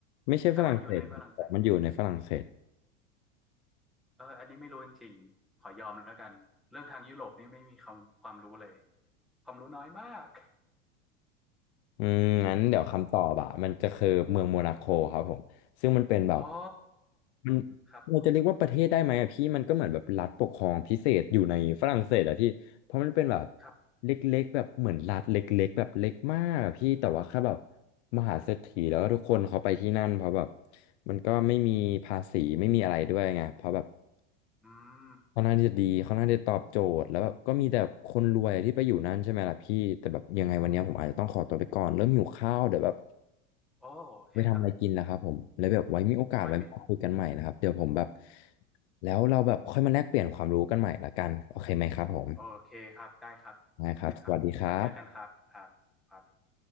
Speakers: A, on the left; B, in the centre.
A: ไม่ใช่ฝรั่งเศสครับแต่มันอยู่ในฝรั่งเศส
B: แต่ว่าอยู่ในฝรั่งเศสเอออันนี้ไม่รู้จริงๆขอยอมแล้วกันเรื่องทางยุโรปนี่ไม่มีความความรู้เลยความรู้น้อยมาก
A: อืมงั้นเดี๋ยวคำตอบอะมันจะคือเมืองโมนาโคครับผมซึ่งมันเป็นแบบ
B: <laughs> อ๋อ
A: มัน
B: ครับ
A: เราจะเรียกว่าประเทศได้ไหมอะพี่มันก็เหมือนแบบรัฐปกครองพิเศษอยู่ในฝรั่งเศสอะพี่เพราะมันเป็นแบบ
B: ครับ
A: เล็กๆแบบเหมือนรัฐเล็กๆแบบเล็กมากอะพี่แต่ว่าแค่แบบมหาเศรษฐีแล้วทุกคนเขาไปที่นั่นเพราะแบบมันก็ไม่มีภาษีไม่มีอะไรด้วยไงเพราะแบบ
B: อืม
A: ค่อนข้างที่จะดีค่อนข้างที่จะตอบโจทย์แล้วแบบก็มีแต่คนรวยที่ไปอยู่นั่นใช่ไหมล่ะพี่แต่แบบยังไงวันเนี้ยผมอาจจะต้องขอตัวไปก่อนเริ่มหิวข้าวเดี๋ยวแบบ
B: โอโอเคครับ
A: ไปทำอะไรกินแล้วครับผมแล้วแบบไว้มีโอกาสไว้มาคุยกันใหม่นะครับเดี๋ยวผมแบบ
B: ไว้มี
A: แล้วเราแบบค่อยมาแลกเปลี่ยนความรู้กันใหม่ละกันโอเคไหมครับผม
B: โอเคครับได้ครับได้ครับไว้เจอกันครับครับครับ
A: ได้ครับสวัสดีครับ